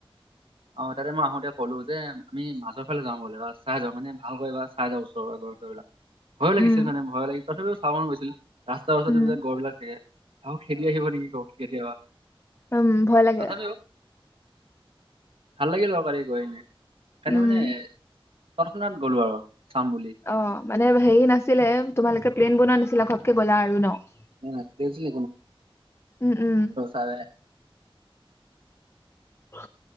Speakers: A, on the right; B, on the left.
A: অ তাতে মই আহোতে ক'লো যে আমি মাজৰ ফালে যাওঁ বলা ৰাস্তা চাই যাওঁ মানে ভালকৈবাৰ চাই যাওঁ ওচৰৰ সেইবিলাক। ভয়
B: উম
A: লাগিছিল মানে ভয় লাগিছিল। তথাপিও চাব মন গৈছিল। ৰাস্তা ওচৰতে
B: উম
A: যে গড়ঁ বিলাক থাকে। অ খেদি আহিব নেকি ক? কেতিয়াবা <inaudible>
B: উম ভয় লাগে।
A: তথাপিও ভাল লাগে লকাৰী গৈ। কালি
B: উম
A: মানে, ততখনাত গ'লো আও। চাম বুলি।
B: অ মানে? হেৰি নাছিলে তোমালোকে প্লেন বনোৱা নাছিলা খবকে গ'লা আৰু ন। <unintelligible>
A: <unintelligible> আৰু
B: উম উম
A: চাৰে।
B: অ